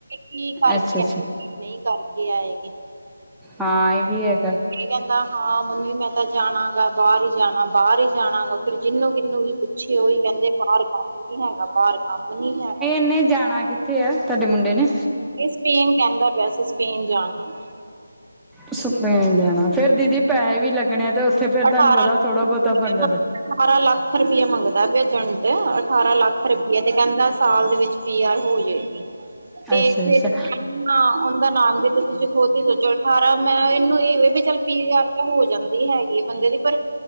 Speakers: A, on the right (about 45°); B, in the centre.
A: ਕੀ ਕਰਕੇ
B: ਅੱਛਾ ਅੱਛਾ
A: ਆਏ ਨਹੀਂ ਕਰਕੇ ਆਏਗੀ
B: ਹਾਂ ਇਹ ਵੀ ਹੈਗਾ
A: ਕੀ ਕਹਿੰਦਾ ਹਾਂ ਮੰਮੀ ਮੈਂ ਤਾਂ ਜਾਣਾ ਗਾ ਬਾਹਰ ਹੀ ਜਾਣਾ ਬਾਹਰ ਹੀ ਜਾਣਾ ਗਾ ਫੇਰ ਜਿਹਨੂੰ ਕਿਿਨੂੰ ਵੀ ਪੁੱਛੇ ਉਹੀ ਕਹਿੰਦੇ ਬਾਹਰ ਨਹੀਂ ਹੈਗਾ ਬਾਹਰ ਕੰਮ ਨੀ ਹੈਗਾ
B: ੇ ਜਾਣਾ ਕੀਤਾ ਕਿੱਥੇ ਆ ਤੁਹਾਡੇ ਮੁੰਡੇ ਨੇ
A: ਇਹ ਸਪੇਨ ਕਹਿੰਦਾ ਪਿਆ ਸੀ ਸਪੇਨ ਜਾਣਾ ਵਾ
B: ਸੁੇ ਜਾਣਾ ਫਰ ਦੀਦੀ ਪੈਸੇ ਵੀ ਲੱਗਣੇ ਆ ਤੇ ਉੱਥੇ ਫੇਿਰ
A: ਅਠਾਰਾਂ
B: ਤੁਹਾਨੂੰ ਪਤਾ ਥੋੜਾ ਬਹੁਤਾ ਬੰਧਤ
A: ਅਠਾਰਾਂ ਲੱਖ ਰੁਪਇਆ ਮੰਗਦਾ ਏਜੰਟ ਅਠਾਰਾਂ ਲੱਖ ਰੁਪਈਆ ਤੇ ਕਹਿੰਦਾ ਸਾਲ ਦੇ ਵਿੱਚ ਪੀ ਆਰ ਹੋ ਜਾਏ ਤੇ
B: ਅੱਛਾ
A: ਫੇਿਰੂੰ
B: ਅੱਛਾ
A: ਹਾਂ ਉਹਦਾ ਨਾਮ ਵੀ ਤੇ ਤੁਸੀਂ ਖੁਦ ਹੀ ਸੋਚੋ ਅਠਾਰਾਂ ਮੈਂ ਇਹਨੂੰ ਇਹ ਵੀ ਵੀ ਚੱਲ ਪੀ ਵਾਰ ਤਾਂ ਹੋ ਜਾਂਦੀ ਹੈਗੀ ਆ ਬੰਦੇ ਦੀ ਪਰ